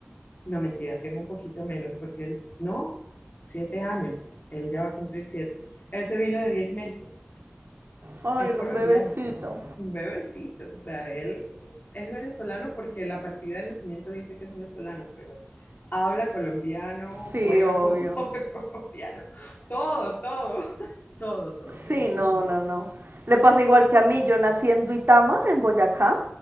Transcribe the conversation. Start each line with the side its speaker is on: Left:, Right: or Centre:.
Left: No, mentira, tengo un poquito menos, porque él, no, siete años, él ya va a cumplir siete. Él se vino de diez meses.
Right: Ay,
Left: Es
Right: era
Left: colombiano,
Right: un bebecito.
Left: un bebecito. O sea, él es venezolano porque la partida de nacimiento dice que es venezolano, pero habla colombiano,
Right: Sí,
Left: juega
Right: obvio.
Left: fútbol <laughs> colombiano, todo, todo, todo, todo. Él
Right: Sí,
Left: es
Right: no,
Left: colombiano.
Right: no, no. Le pasa igual que a mí. Yo nací en Duitama, en Boyacá,